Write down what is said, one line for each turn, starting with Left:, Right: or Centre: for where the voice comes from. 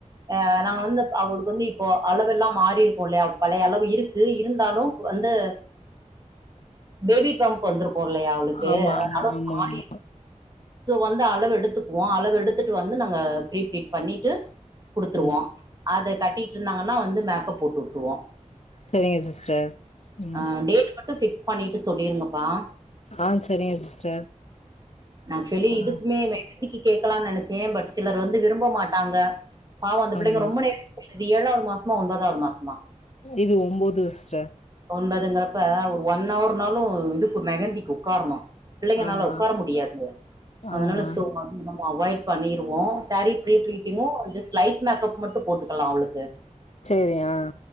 Right: ஆ நா வந்து இப்ப அவு துணி இப்போ அளவெல்லா மாறி இருக்கு போலயா பழைய அளவு இருக்கு இருந்தாலு வந்து பேபி பம் ப்பு வந்துருக்கு இல்லையா அவளுக்கு
Left: ஆமா ஆமா
Right: அளவு
Left: ஆமா
Right: மாறி
Left: ஆமா
Right: இருக் சோ வந்து அளவு எடுத்துக்குவோ அளவு எடுத்துட்டு வந்து நாங்க ஃப்ரீ ப்ளீட் பண்ணீட்டு குடுத்துருவோ
Left: ம்
Right: அத கட்டிட்ருந்தாங்கன்னா வந்து மேக்கப் போட்டு வுட்ருவோ
Left: செரிங்க சிஸ்டர் ம்
Right: ஆ டேட் மட்டும் பிக்ஸ் பண்ணிட்டு சொல்லிருங்கப்பா
Left: ஆ செரிங்க சிஸ்டர்
Right: நா ஆக்சுவலி
Left: ஆ
Right: இதுக்குமே மெஹந்திக்கி கேக்கலான் நெனச்சே பட் சிலர் வந்து விரும்ப மாட்டாங்க பாவோ அந்த புள்ளைங்க
Left: ஆமா
Right: ரொம்ப நேரோ இது ஏழாவது மாசமா ஒன்பதாவது மாசமா
Left: இது ஒம்போது சிஸ்டர்
Right: ஒன்பதுங்கிறப்ப ஒரு ஒன் அவர்னாலு இதுக்கு மெகந்திக்கு உக்காரணூ பிள்ளைங்கனால
Left: ஆமா
Right: உக்கார முடியாது அதனால
Left: ஆமா
Right: சோ அ நம்ம அவாய்ட் பண்ணிருவோ சேரீ ப்ரீ பீளிட்டிங்கும் ஜஸ்ட் லைட் மேக்கப் மட்டும் போட்டுக்கலா அவளுக்கு
Left: சேரி ஆ